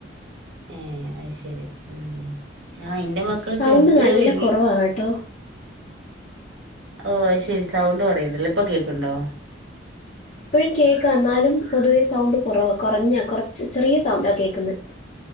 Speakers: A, on the right (about 75°); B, on the left (about 35°).
A: ഏ അത് ശരി ഉം ആഹ് ഇന്റെ മക്കള്
B: സൗണ്ട്
A: ചെറുത്
B: നല്ല
A: വല്
B: കുറവാ കേട്ടോ
A: ഓ അത് ശരി സൗണ്ട് കുറയണുണ്ടല്ലേ ഇപ്പൊ കേക്കണുണ്ടോ
B: ഇപ്പഴും കേക്കാം എന്നാലും പൊതുവേ സൗണ്ട് കുറവാ കുറഞ്ഞാ കുറച്ച് ചെറിയ സൗണ്ടാ കേക്കുന്നേ